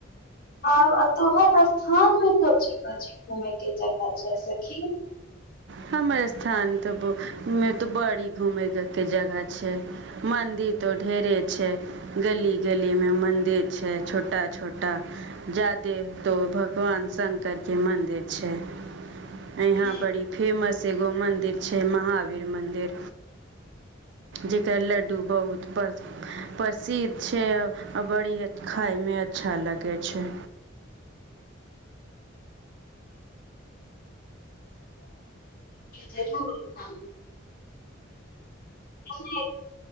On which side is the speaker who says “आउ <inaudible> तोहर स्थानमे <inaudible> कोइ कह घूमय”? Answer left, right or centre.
Left